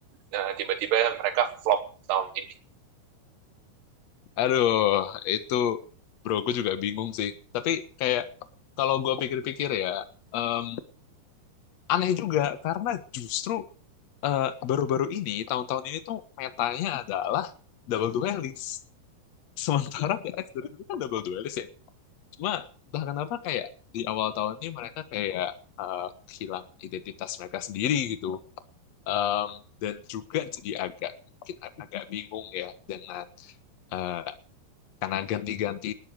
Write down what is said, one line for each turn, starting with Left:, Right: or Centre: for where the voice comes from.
Right: Eh, tiba-tiba mereka flop tahun ini.
Left: aduh itu bro gue juga bingung sih tapi kayak kalau gue pikir-pikir ya em, aneh juga karena justru eh, baru-baru ini tahun-tahun ini tuh metanya adalah double duelist Sementara PX dari dulu kan double duelist ya. Cuma entah kenapa kayak di awal tahun ini mereka kayak eh, hilang identitas mereka sendiri gitu. Em, dan juga jadi agak mungkin ag- agak bingung ya dengan eh, karena ganti-ganti